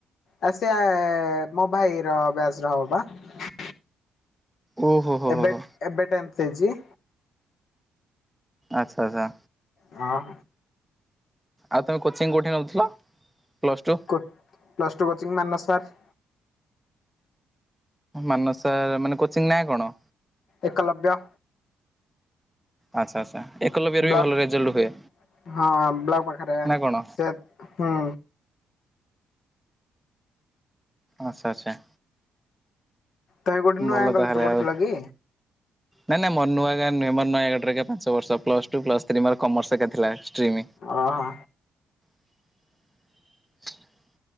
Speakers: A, on the left (about 60°); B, in the centre.
A: ଆ ସେ ମୋ ଭାଇର ବାଞ୍ଚର ହବ ବା।
B: ଓହୋ ହୋ
A: ଏବେ
B: ହୋ ହୋ
A: ଏବେ ଟେନ୍ ଥ। ତେଜି
B: ଆଚ୍ଛା ଆଚ୍ଛା।
A: ହଁ।
B: ଆଉ ତମେ କୋଚିଂ କୋଉଠି ନଉଥିଲ। Plus two
A: plus two coaching Manas sir.
B: Manas sir ମାନେ କୋଚିଂ ନା କଣ?
A: ଏକଲବ୍ୟ।
B: ଆଚ୍ଛା ଆଚ୍ଛା ଏକଲବ୍ୟରେ ବି
A: ବ୍ଲକ
B: ଭଲ ରେଜଲ୍ଟ ହୁଏ
A: ହଁ ବ୍ଲକ ପାଖରେ
B: ନା କଣ?
A: ସେ ହୁଁ।
B: ଆଚ୍ଛା ଆଚ୍ଛା।
A: ତୁମେ ଗୋଟେ ନୂଆଗାଁ
B: ଭଲ
A: କଲେଜରେ
B: ତାହେଲେ
A: ପଢୁଥିଲ
B: ଆଉ
A: କି?
B: ନାଇଁ ନାଇଁ ମ ନୂଆଗାଁ ରେ ନାଇଁ ମର ନୟାଗଡ଼ରେ ଏକା ପାଞ୍ଚ ବର୍ଷ ପ୍ଲସ ଟୁ ପ୍ଲସ ଥ୍ରୀ ମୋର କମର୍ସ ଏକା ଥିଲା। ଷ୍ଟ୍ରିମ୍।
A: ଓ ହୋ।
B: <inaudible>